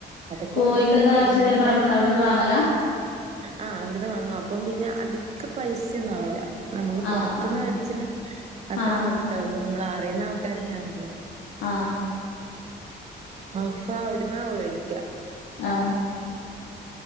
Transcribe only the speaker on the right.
അതൊക്കെ
ഓരോരുത്തരുടെ വരുമാന
മാർഗ
ആ അവിടന്ന് വാങ്ങും അപ്പം പിന്നെ അടുത്ത് പൈസ ഒന്നും ആവില്ല നമുക്ക് പുറത്തന്ന്
മേടിച്ചന് അത്ര
പൈസ ആവും നമ്മൾ അറിയുന്ന ആൾക്കാരന്നെ ആവുമ്പളെ
അപ്പൊ അവിടന്ന മേടിക്ക